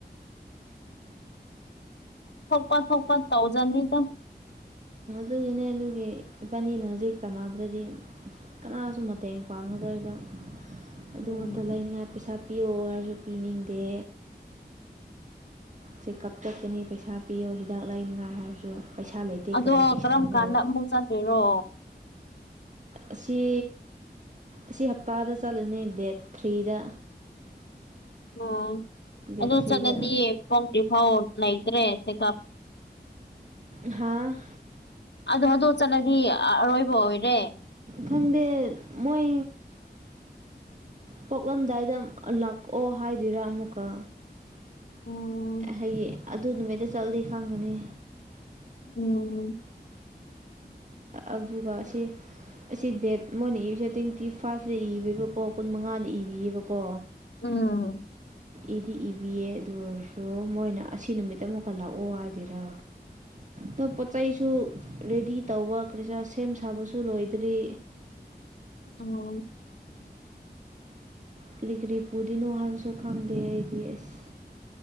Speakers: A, on the left; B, on the right.
A: ꯊꯣꯛꯄ ꯊꯣꯛꯄ ꯇꯧꯖꯅꯤꯗ
B: ꯑꯗꯨꯒꯤꯅꯦ ꯑꯗꯨꯒꯤ ꯏꯕꯥꯅꯤꯅ ꯍꯧꯖꯤꯛ ꯄꯅꯥꯗ꯭ꯔꯗꯤ ꯀꯅꯥꯁꯨ ꯃꯇꯦꯡ ꯄꯥꯡꯉꯔꯣꯏꯕ ꯑꯗꯨꯃꯛꯇ
A: ꯎꯝ
B: ꯂꯩꯅꯤꯡꯉꯥꯏ ꯄꯩꯁꯥ ꯄꯤꯌꯑꯣ ꯍꯥꯏꯔꯁꯨ ꯄꯤꯅꯤꯡꯗꯦ ꯆꯦꯛꯑꯞ ꯆꯠꯀꯅꯤ ꯄꯩꯁꯥ ꯄꯤꯌꯣ ꯍꯤꯗꯥꯛ ꯂꯩꯅꯤꯡꯉꯥꯏ ꯍꯥꯏꯔꯁꯨ ꯄꯩꯁꯥ ꯂꯩꯇꯦ
A: ꯑꯗꯣ
B: ꯀꯔꯤ ꯄꯩꯁꯥꯅꯣ
A: ꯀꯔꯝ ꯀꯥꯟꯗ ꯑꯃꯨꯛ ꯆꯠꯇꯣꯏꯔꯣ
B: ꯑꯁꯤ ꯑꯁꯤ ꯍꯞꯄꯥꯗ ꯆꯠꯂꯅꯤ ꯗꯦꯠ ꯊ꯭ꯔꯤꯗ
A: ꯑꯣ
B: ꯗꯦꯠ
A: ꯑꯗꯨ
B: ꯊ꯭ꯔꯤꯗ
A: ꯆꯠꯂꯗꯤꯌꯦꯣꯝ ꯍꯥꯎ ꯂꯩꯇ꯭ꯔꯦꯁ ꯀꯞ
B: ꯍꯥꯥ
A: ꯑꯗꯨ ꯑꯗꯨꯗꯣ ꯆꯠꯂꯗꯤ ꯑꯔꯣꯏꯕ ꯑꯣꯏꯔꯦ
B: ꯈꯪꯗꯦ ꯃꯣꯏ ꯄꯣꯛꯂꯝꯗꯥꯏꯗ ꯂꯥꯛꯑꯣ ꯍꯥꯏꯗꯣꯏꯔꯥ ꯑꯃꯨꯛꯀ
A: ꯎꯝ
B: ꯍꯌꯦꯡ ꯑꯗꯨ ꯅꯨꯃꯤꯠꯇ ꯆꯠꯂꯤ ꯈꯪꯒꯅꯤ
A: ꯎꯝ
B: ꯑꯗꯨꯒ ꯁꯤ ꯑꯁꯤ ꯗꯦꯠ ꯃꯣꯏꯅ ꯏꯔꯤꯁꯦ ꯇ꯭ꯋꯦꯟꯇꯤ ꯐꯥꯏꯚꯇ ꯏꯕꯤꯕꯀꯣ ꯀꯨꯟ ꯃꯉꯥꯗ ꯏꯕꯤꯌꯦꯕꯀꯣ
A: ꯎꯝ
B: ꯏꯗꯤ ꯏꯕꯤꯌꯦ ꯑꯗꯨ ꯑꯣꯏꯔꯁꯨ ꯃꯣꯏꯅ ꯑꯁꯤ ꯅꯨꯃꯤꯠ ꯑꯃꯨꯛꯀ ꯂꯥꯛꯑꯣ ꯍꯥꯏꯗꯨꯔꯥ ꯇ ꯄꯆꯥꯏꯁꯨ ꯔꯦꯗꯤ ꯇꯧꯕ ꯀꯩꯁꯥ ꯁꯦꯝ ꯁꯥꯕꯁꯨ ꯂꯣꯏꯗ꯭ꯔꯤ
A: ꯎꯝ
B: ꯀꯔꯤ ꯀꯔꯤ ꯄꯨꯗꯣꯏꯅꯣ ꯍꯥꯏꯕꯁꯨ ꯈꯪꯗꯦ ꯑꯩꯗꯤ ꯑꯁ